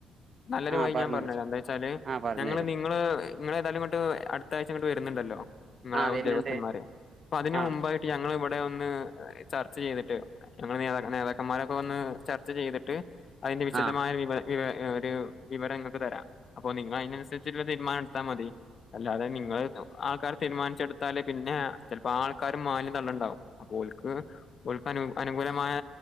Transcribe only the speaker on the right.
ആഹ്
പറഞ്ഞത്
ആഹ് പറഞ്ഞു
തരും
ആഹ് വരുന്നുണ്ട്
ആഹ്
ആഹ്